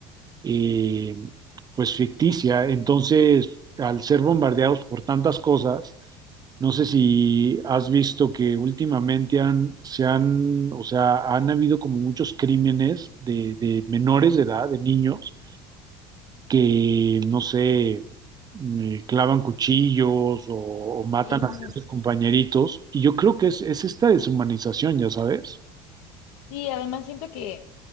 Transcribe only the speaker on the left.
Sí.
Sí, además siento que